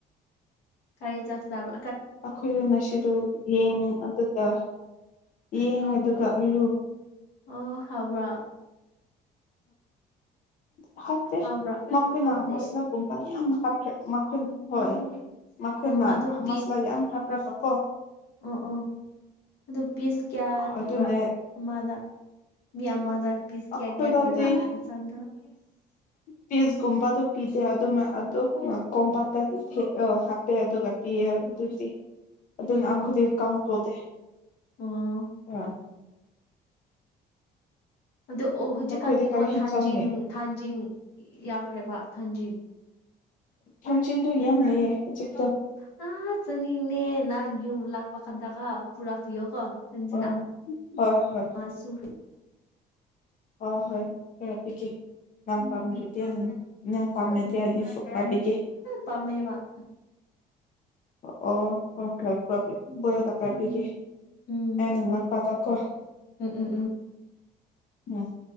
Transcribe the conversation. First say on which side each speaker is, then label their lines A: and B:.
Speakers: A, on the left; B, on the left.
A: ꯀꯩ ꯆꯥꯛ ꯆꯥꯕ
B: ꯑꯩꯈꯣꯏꯗꯣ ꯉꯁꯤꯗꯣ ꯌꯦꯡ ꯑꯗꯨꯒ ꯌꯦꯡ ꯑꯗꯨꯒ ꯑꯂꯨ꯫
A: ꯑꯣ ꯈꯕ꯭ꯔꯥ
B: ꯐ
A: ꯍꯥꯎꯕ꯭ꯔꯥ
B: ꯅꯈꯣꯏꯅ
A: ꯍꯥꯎꯇꯦ
B: ꯃꯁꯂ ꯄꯨꯝꯄꯥ ꯌꯥꯝ ꯍꯥꯞꯈ꯭ꯔꯦ ꯃꯈꯣꯏꯅ ꯍꯣꯏ
A: ꯑꯣ
B: ꯃꯈꯣꯏꯅ
A: ꯑꯣ ꯑꯗꯨ ꯄꯤ
B: ꯃꯁꯂꯥ ꯌꯥꯝ ꯍꯥꯞꯄ꯭ꯔꯒ ꯀꯣ
A: ꯑꯣ ꯑꯣ ꯑꯗꯨ ꯄꯤꯁ ꯀꯌꯥ ꯄꯤꯕ꯭ꯔꯥ
B: ꯑꯗꯨꯅꯦ
A: ꯑꯃꯗ ꯃꯤ ꯑꯃꯗ ꯄꯤꯁ
B: ꯑꯩꯈꯣꯏꯗꯗꯤ
A: ꯀꯌꯥ ꯀꯌꯥ ꯄꯤꯕ꯭ꯔꯥ ꯏꯟꯁꯥꯟꯗ꯫
B: ꯄꯤꯁꯀꯨꯝꯕꯗꯨ ꯄꯤꯗꯦ ꯑꯗꯨ ꯑꯗꯨ ꯀꯣꯝꯄꯥꯇ ꯍꯥꯞꯄꯦ ꯑꯗꯨꯒ ꯄꯤꯌꯦ ꯑꯗꯨꯗꯤ ꯑꯗꯨꯅ
A: ꯑꯥ
B: ꯑꯩꯈꯣꯏꯗꯤ ꯀꯥꯎꯟ ꯇꯧꯗꯦ꯫
A: ꯑꯣ
B: ꯑ
A: ꯑꯗ ꯑꯣ ꯍꯧꯖꯤꯛꯀꯥꯟꯗꯤꯀꯣ
B: ꯅꯈꯣꯏꯗ ꯀꯔꯤ ꯍꯦꯟꯖꯥꯡꯅꯦ
A: ꯊꯥꯟꯖꯤꯡ ꯊꯥꯟꯖꯤꯡ ꯌꯥꯎꯈ꯭ꯔꯦꯕ ꯊꯥꯟꯖꯤꯡ
B: ꯊꯥꯡꯖꯤꯡꯗꯣ ꯌꯥꯝ ꯂꯩꯌꯦ ꯍꯧꯖꯤꯛ꯫
A: ꯍꯥꯥ ꯆꯥꯅꯤꯡꯅꯦ ꯅꯪ ꯌꯨꯝ ꯂꯥꯛꯄ ꯀꯥꯟꯗꯒ ꯄꯨꯔꯥ ꯄꯤꯌꯣꯀꯣꯟꯁꯤꯅ
B: ꯍꯣꯏ ꯍꯣꯏ ꯍꯣꯏ
A: ꯃꯥꯁꯨꯐ
B: ꯍ ꯍꯣꯏ ꯈꯔ ꯄꯤꯒꯦ꯫ ꯌꯥꯝ
A: ꯎꯝ
B: ꯄꯥꯝꯅꯗꯤ ꯌꯥꯝ ꯄꯥꯝꯅꯗꯤ ꯑꯩꯗꯤꯁꯨ ꯄꯥꯏꯕꯤꯒꯦ꯫
A: ꯄꯝꯃꯦꯕ
B: ꯑꯣ ꯍꯣꯏ ꯍꯣꯏ
A: ꯎꯝ
B: ꯐꯨꯜꯗ ꯄꯥꯏꯕꯤꯒꯦ꯫
A: ꯎꯝ ꯎꯝ
B: ꯑꯦꯅꯂ ꯄꯥꯇꯀꯣ
A: ꯎꯝ ꯎꯝ
B: ꯎꯝ